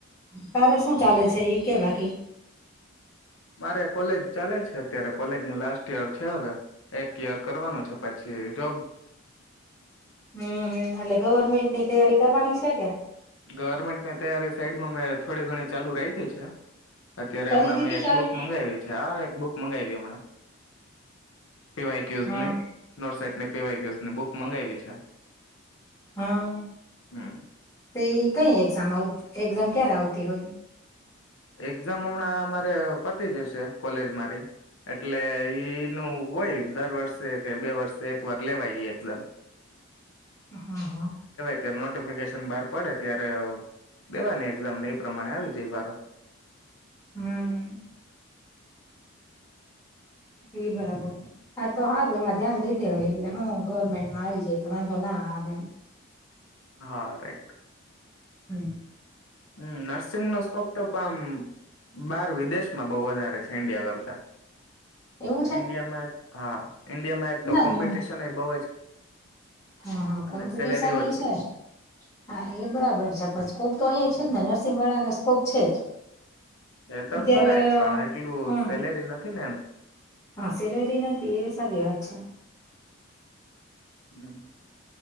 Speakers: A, on the left (about 15°); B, on the left (about 70°).
A: તારે શું ચાલે છે એ કે બાકી?
B: મારે કોલેજ ચાલે છે અત્યારે, કોલેજ નુ લાસ્ટ યર છે હવે, એક યર કરવાનું છે પછી જોબ.
A: હમ એટલે ગવર્મેન્ટની તૈયારી કરવાની છે કે?
B: ગવર્મેન્ટની તૈયારી સાઈડમાં મે થોડી ઘણી ચાલુ રાયખી છે. અત્યારે
A: કરી
B: હમણાં
A: દીધી
B: મેં એક
A: ચાલુ
B: બુક મંગાવી છે આ એક બુક મંગાવી હમણાં પી વાઈ ક્યુઝ
A: હા
B: ને નોટ સેટ ને પીવાયઝને બુક મંગાવી છે
A: હા
B: હમ
A: તે કઈ એક્ઝામ આવતી એક્ઝામ ક્યારે આવતી હોય
B: એક્ઝામ હમણાં મારે પતી જશે કોલેજ મારી એટલે ઈ ન હોય દર વર્ષે કે બે વર્ષે એક વાર લેવાય એક્ઝામ
A: હા હા
B: અ્યારે નોટિફિકેશન બહાર પડે ત્યારે દેવાની એક્ઝામ ને એ પ્રમાણે આવી જાય વારો
A: હમ એ બરાબર હા તો સારું એમાં ધ્યાન દઈ દેવાય એટલે હું ગવર્મેન્ટમાં આવી જાય તો વાંધો ના આવે એ
B: હા રાઈટ
A: હમ
B: હમ નર્સિંગ નો સ્કોપ તો પણમ બાર વિદેશમાં બહુ વધારે છે ઈન્ડિયા કરતા
A: એવું છે
B: ઇન્ડિયામાં એક હા ઇન્ડિયા માં એક તો
A: ના
B: કોમ્પિટિશન
A: ના
B: એ બઉુ જ
A: હા હા
B: અને
A: કોમ્પિટિશન
B: સેલેરી ઓછી
A: એ છે હા એ બરાબર છે પછ કોપ તો અં છે જ ને નર્સિંગ વાળાને સ્કોપ છે જ
B: એ તો
A: અત્યારે
B: ખરા જ પણ એટલું
A: હમ
B: સેલેરી નથી ને એમ
A: હા સેલેરી નથી એ સારીી વાત છે
B: હમ